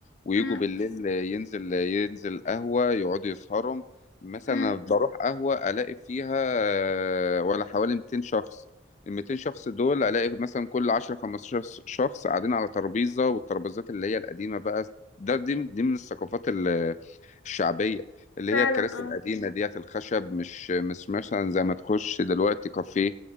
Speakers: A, on the left; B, on the left.
A: ويجوا
B: امم
A: بالليل ينزل ينزل قهوه يقعدوا يسهروا مثلا
B: امم
A: أنا بروح قهوه الاقي فيها آه، ولا حوالي 200 شخص ال 200 شخص دول الاقي مثلا كل 10 15 شخص قاعدين على ترابيزه والترابيزات اللي هي القديمه بقى ده دي دي من الثقافات ال- الشعبيه اللي
B: فعلا
A: هي الكراسي
B: اه
A: القديمة ديت الخشب مش مش مثلا زي ما تخش دلوقتي كافيه